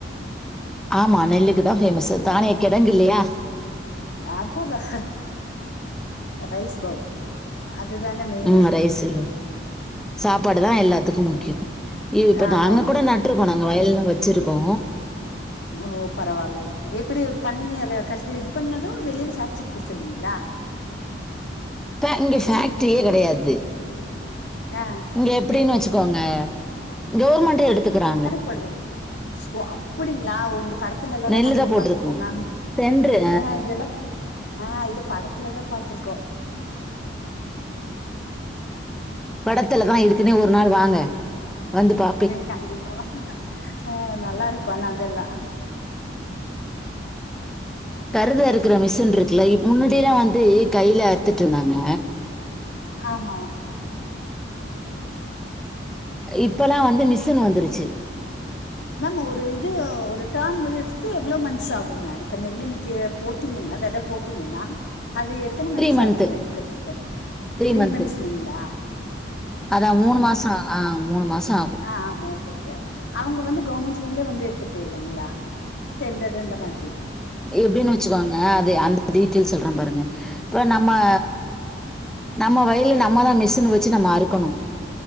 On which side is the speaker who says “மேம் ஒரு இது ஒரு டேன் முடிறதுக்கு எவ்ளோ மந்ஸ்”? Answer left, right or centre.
Left